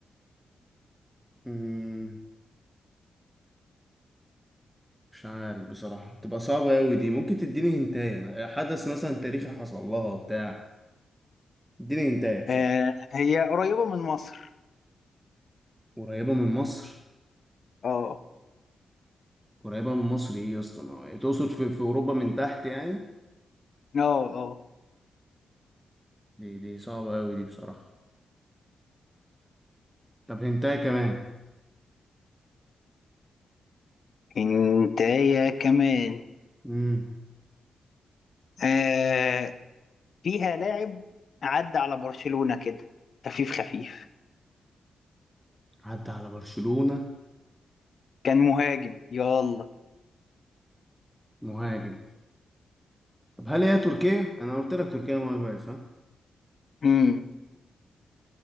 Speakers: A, in the centre; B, on the left.
A: مم، مش عارف بصراحه تبقى صعبه قوي دي ممكن تديني هنتايه حدث مثلا تاريخي حصل لها بتاع اديني انتايه بصراحه
B: آه، هي قريبة من مصر
A: قريبه من مصر
B: اه
A: قريبه من مصر ايه يا اسطى ما هو- تقصد في, في اوروبا من تحت يعني
B: اه اه
A: دي دي صعبه قوي دي بصراحه طب هنتايه كمان
B: انت يا كمان
A: امم
B: آه، فيها لاعب عدى على برشلونة كده خفيف خفيف
A: عدى على برشلونه
B: كان مهاجم يلا
A: مهاجم طب هل هي تركيا انا قلت لك تركيا مهاجم صح
B: امم